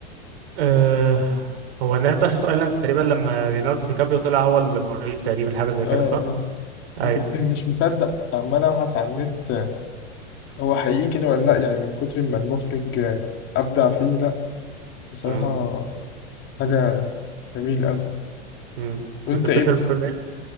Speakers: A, on the right; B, on the left.
A: أه... هو النهايه بتاع شطر ايلاند تقريبا لما ليوناردو دي كابريو طلع هو اللي مريض تقريبا حاجه زي
B: اه
A: كده صح
B: اه
A: اي
B: انا كنت مش مصدق عمال ابحث على النت آه، هو حقيقي كده ولا لا يعني من كتر ما المخرج آه، ابدع فيه لا بصراحة
A: امم
B: حاجة جميل قوي
A: امم كنت
B: وانت
A: بتسأل
B: ايه بتح-
A: بتقول ايه